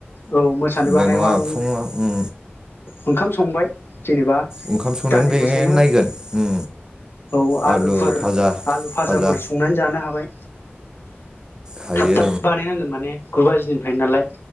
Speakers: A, on the left; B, on the right.
A: औ मोसानोबो
B: बे
A: हानाय नङा ओं।
B: फुङाव उम
A: ओंखाम संबाय जेनेबा।
B: ओंखाम संनानै
A: दालिफोर
B: बे
A: संनो
B: नायगोन उम
A: औ आलुफोर
B: आलु फाजा
A: आलु फाजाफोर
B: फाजा
A: संनानै जानो हाबाय।
B: हायो
A: थाब थाब बानायनांगोन माने। गु बाजिनिफ्राय नालाय।